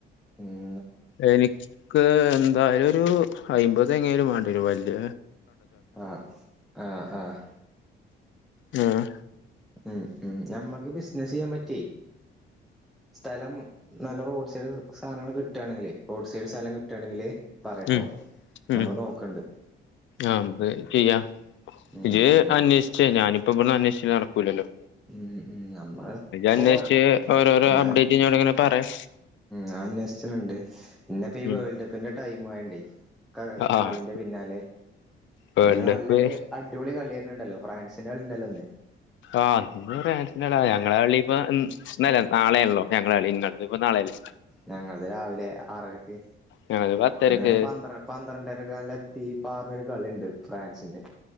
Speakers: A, in the centre; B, on the left.
A: മ്മ്
B: എനിക്ക് ന്തായാലൊരു അയ്മ്പ ത് എങ്കിലും വാണ്ട്യരു വല്ല്യ
A: ആഹ് ആ ആഹ്
B: മ്മ്
A: മ്മ് മ്മ് നമ്മക്ക് ബിസ്സ്നസെയ്യാൻ പറ്റേ സ്ഥലം നല്ല റോഡ്സൈഡ് സാനങ്ങള് കിട്ടാണെങ്കിലെ റോഡ്സൈഡ് സലം കിട്ടാണെങ്കില് പറയട്ടോ
B: മ്മ് മ്മ്
A: നമ്മള് നോക്കണ്ട്
B: ആഹ് ത് ചെയ്യാ
A: ഉം
B: ഇജ്
A: ഉം
B: അന്യേ ശ്ച്ച് ഞാന് പ്പൊ ബ്ട്ന്നന്യേശ്ച് നടക്കൂല്ലല്ലോ
A: മ്മ് മ്മ് നമ്മള് പ്പോ
B: അന്വേഷിച്ച് ഓരോരോ
A: ഞാൻ
B: അപ്ഡേറ്റ് ഇഞ്ഞോട് ഇങ്ങനെ പറയാ
A: ഞാ അന്നേശ്ച്ണ് ണ്ട് പിന്നെ ഇപ്പീ
B: ഉം
A: വേൾഡ് കപ്പിന്റെ ടൈം ആയൊണ്ടേ ക
B: ആഹ്
A: കളിന്റെ പിന്നാലെ
B: വേൾഡ്
A: ഇന്ന് നല്ലൊര്
B: കപ്പ്
A: അടിപൊളി കളി വര് ന്ണ്ടല്ലോ ഫ്രാൻസ് ൻ്റെ കളിണ്ടല്ലോ ന്ന്
B: ആ ഇന്ന് <unintelligible> ഞങ്ങളെ കളി ഇപ്പ ഇന്നല്ല നാളെയാണല്ലോ ഞങ്ങളെ കളി ഇങ്ങൾത് ഇപ്പ നാളെയല്ലേ
A: ഞങ്ങൾത് രാവിലെ ആറരക്ക്
B: ഞങ്ങൾത് പത്തരക്ക്
A: ഇന്ന് പന്ത്രണ്ട പന്ത്രണ്ടരകലിനെ ത്തി പാറണ കളിണ്ട് ഫ്രാൻസിന്റെ